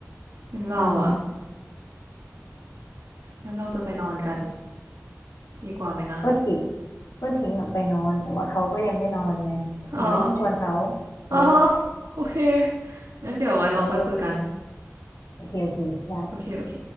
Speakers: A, on the right (about 80°); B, on the left (about 80°).
A: งั้นเราอ่ะ
B: อืม
A: งั้นเราจะไปนอนกันดีกว่าไหมนะ
B: ก็ทิ้งก็ทิ้งอะไปนอน แต่ว่าเขาก็ยังไม่นอนไงถึงไม่ต้องชวนเขา
A: อ๋อ
B: เออ
A: อ๋อโอเคงั้นเดี๋ยวไว้เราค่อยคุยกัน
B: เออโอเคโอเคได้
A: โอเคโอเค